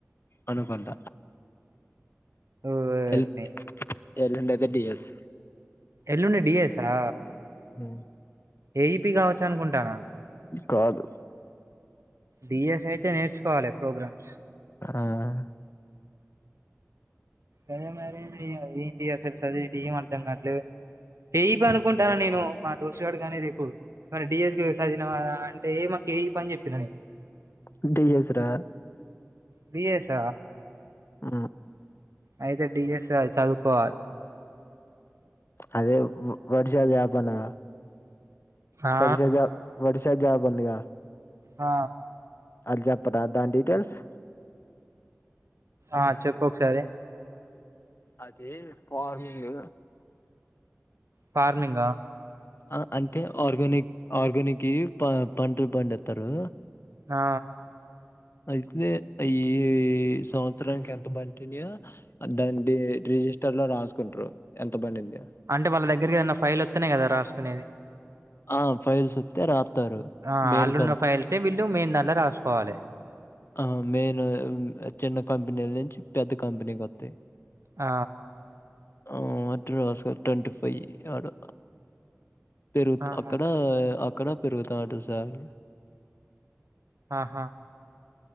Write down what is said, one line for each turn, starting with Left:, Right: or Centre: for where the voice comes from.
Left: అనుకుంట
Right: ఓర్నీ
Left: తెల్ ఏల్లుండయితే డిఎస్
Right: ఎల్లుండి డిఎస్సా
Left: హ
Right: ఏయిపీ కావచ్చు అనుకుంటాన
Left: కాదు
Right: బిఎస్ అయితే నేర్చుకోవాలి ప్రోగ్రామ్స్
Left: ఆ
Right: అదే మరి ఫ్ ఎల్స్ అది టీ అంటన్నారు టేపు అనుకుంటాను నేను మా దోష్వాడు కానీ రేపు మరి డఎస్పి సాజ అంటే ఏ పని చెప్పినని
Left: ఇంతె జెసరా
Right: బిఎస్
Left: ఆ
Right: అయితే డిఎస్ చదువుకోవాలి
Left: అఅదే వర్షాలువ్యాపనాంగా
Right: ఆ
Left: ఒడిసా ఒడిసా జబందిగా
Right: ఆ
Left: అల్జపరా దా డిీటెయిల్స్
Right: ఆ చెప్పోకసారి
Left: అదీ ఫార్మింగ్
Right: ఫార్మింగా
Left: ఆ అంటే ఆర్గానిక్ ఆర్గానికియి పంటలు పండిత్తరూ
Right: ఆ
Left: అ ఇట్నే ఈ సంవత్సరానికి ఎంత పంటిన్నయో దాని రిజిస్ట స్టర్ లో రాసుకుంట్రు ఎంత పండింది
Right: అంటే వాళ్ళ దగ్గరకి ఏదైనా ఫైల్ ఒత్తెనే గదా రాసుకునేది?
Left: ఆ ఫైల్స్ ఒత్తె రాత్తారు
Right: ఆ
Left: మేన్
Right: అల్లున్న
Left: కంప్
Right: ఫైల్సే వీళ్ళు మెయిన్ దాంట్లో రాసుకోవాలి
Left: ఆ మేన్ చిన్న కంపెనీల నుంచి పెద్ద కంపెనీకొత్తయ్
Right: ఆ
Left: ఆ అట్ట రాసారు ట్వంటీ ఫైవ్ లాగ పెరుగుత్
Right: ఆహా
Left: అక్కడ అక్కడ పెరుగుతాంటద్ సార్
Right: ఆహా